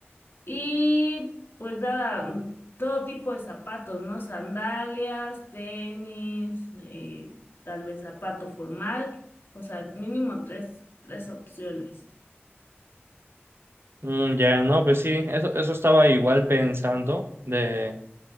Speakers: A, on the left; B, on the right.
A: Y pues nada, mm, todo tipo de zapatos, ¿no? Sandalias, tenis, eh, tal vez zapato formal, o sea, mínimo tres, tres opciones.
B: Mm, ya, no, pues sí, eso, eso estaba igual pensando de,